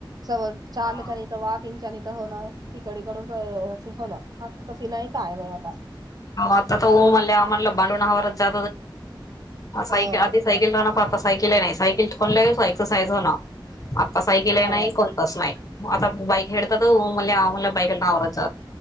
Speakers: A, on the right; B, on the left.
A: स चालत
B: हा.
A: आले वॉकिंगच्या नथ होणं तिकडकड अस होणं. आता तस नाही काय नाही आता.
B: मता ऊमला आ मणला बडून हाज स.
A: हो
B: सायकल तोन प आता सायकल ये नाहीई सैकल कोनले एक्सरसाईज होन आत सैकल
A: हो
B: ये नाहीई कोण तसं नाही आता बाईक एत मु आ मुला बाईक आवरच.